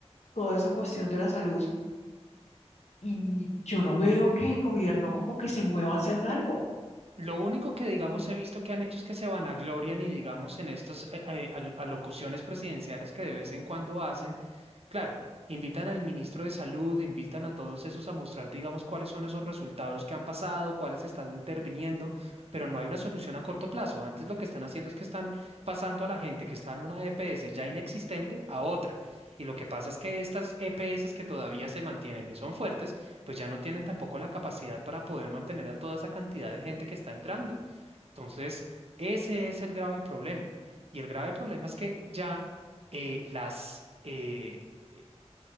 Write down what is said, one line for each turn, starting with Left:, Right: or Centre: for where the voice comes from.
Left: toda esa cuestión de la salud Y yo no veo que el gobierno como que se mueva a hacer algo.
Right: Lo único que, digamos,
Left: Mm.
Right: he visto que han hecho es que se vanaglorian y, digamos, en estas alocuciones presidenciales que de vez en cuando hacen, claro, invitan al ministro de Salud, invitan a todos esos a mostrar, digamos, cuáles son esos resultados que han pasado, cuáles están interviniendo, pero no hay una solución a corto plazo. Antes lo que están haciendo es que están pasando a la gente que está en una EPS ya inexistente a otra. Y lo que pasa es que estas EPS que todavía se mantienen y son fuertes, pues ya no tienen tampoco la capacidad para poder mantener a toda esa cantidad de gente que está entrando. Entonces, ese es el grave problema. Y el grave problema es que ya eh, las, eh, eh,